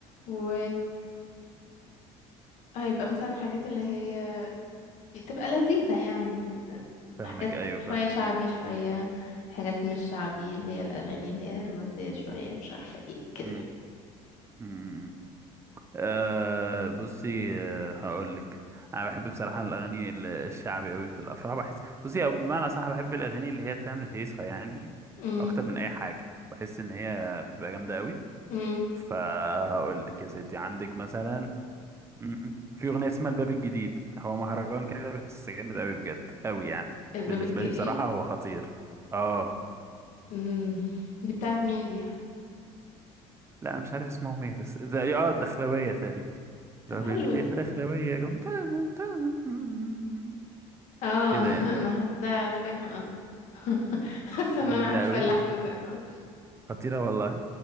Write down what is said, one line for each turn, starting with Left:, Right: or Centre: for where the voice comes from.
Left: و هيبقى مثلا حاجات اللي هي بتبقى لذيذة يعني
Right: فاهمك
Left: حاجات
Right: ايوه فاهم
Left: شوية شعبي شوية حاجات مش شعبي اللي هي الأغاني اللي هي الرومانسية شوية مش عارفة ايه كده
Right: مم، مم، مم. آه بصي آه هقول لك انا بحب بصراحة الاغاني ال- الشعبي قوي في الافراح بحس بصي او بمعنى صح بحب الاغاني اللي هي بتعمل هيصة يعني
Left: امم
Right: اكتر من اي حاجة بحس ان هي بتبقى جامدة قوي
Left: امم
Right: فهقول لك يا ستي عندك مثلا م- م. في اغنيه اسمها الباب الجديد هو مهرجان كده بس جامد قوي بجد قوي يعني
Left: الباب
Right: بالنسبه
Left: الجديد
Right: لي بصراحه هو خطير اه
Left: امم دي بتاعت مين دي
Right: لا انا مش عارف اسمهم ايه بس زي اه الدخلويه تقريبا لو
Left: طب حلو
Right: بيقول لك
Left: ده.
Right: ايه الدخلويه جم تازن تازن م-
Left: اه
Right: كده
Left: <laughs>
Right: يعني
Left: انا حاساها عارفاها آه. <laughs> حاسه
Right: دي
Left: ان
Right: جميله
Left: انا عارفه
Right: قوي
Left: اللحن ده آه.
Right: خطيره والله